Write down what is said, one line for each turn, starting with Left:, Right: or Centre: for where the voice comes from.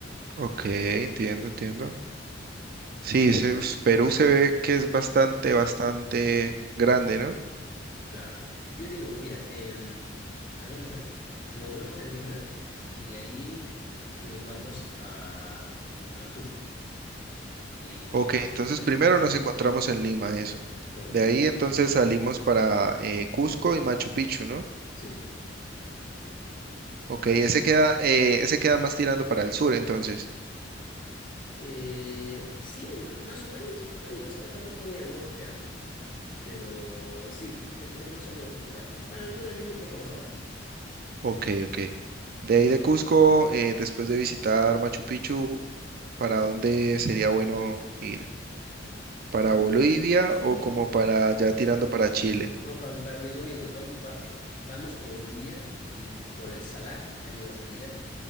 Right: Ok,
Left: No,
Right: entiendo, entiendo. Sí, se- Perú se ve que es bastante, bastante grande, ¿no?
Left: claro. Yo digo, mira, em, hagamos esto. Nos vemos en Lima y de ahí nos vamos a, al Cusco y
Right: Ok,
Left: nos vamos
Right: entonces
Left: a Machu
Right: primero
Left: Picchu.
Right: nos encontramos en Lima, eso.
Left: Nos
Right: De
Left: encontramos
Right: ahí entonces
Left: en Lima.
Right: salimos para eh, Cusco y Machu Picchu, ¿no?
Left: Sí,
Right: Ok,
Left: sí,
Right: ese
Left: sí.
Right: queda, eh, ese queda más tirando para el sur, entonces.
Left: Eh, sí, ma- más o menos, sí, Lima no está tampoco muy al norte, ¿ah? Pero sí, es, es más o menos eh, a la altura de Lima, un poco más abajo.
Right: Ok, ok. De ahí de Cusco, eh, después de visitar Machu Picchu, ¿para dónde sería bueno ir? ¿Para
Left: En Machu
Right: Bolivia
Left: Picchu, sí,
Right: o como para
Left: no,
Right: ya tirando
Left: eh,
Right: para Chile?
Left: no pa- para mis dominios. Vamos, vamos por Bolivia y por el Salar hay una salida